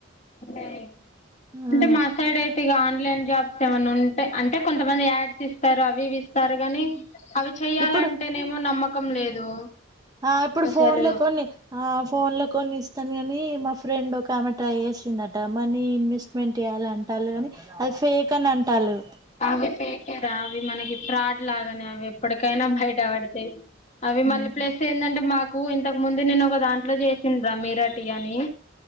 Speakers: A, on the left; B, on the right.
A: అే
B: ఆ
A: అంటే మా సైడ్ అయితే ఇక ఆన్లైన్ జాబ్ ఏమన్నా ఉంటే అంటే కొంతమంది యాడ్స్ ఇస్తారు అవి ఇస్తారు ని అవి చెయ్యాలంటేనేమో
B: ఇప్పుడు
A: నమ్మకం ముఖం లేదు
B: ఆ ఇప్పుడు
A: అసలు
B: ఫోన్ లో కొన్ని ఆ ఫోన్ లో కొన్ని ఇస్తాను కాని మా ఫ్రెండ్ ఒక ఆమె ట్రై చేసిందట మనీ ఇన్వెస్ట్మెంట్ చేయాలి అంటారు కానీ అది ఫేక్ అని అంటారు
A: అవి ఫేకే ర అవి మనకి ఫ్రాడ్ లాగానే అవి ఎప్పటిక కనా భైట్ ఆవడతే అవి
B: ఉమ్
A: మళ్ళీ ప్లేస్ ఏందంటే మాకు ఇంతకు ముందు నేను ఒక దాంట్లో చేసింది రా మీరాటి అని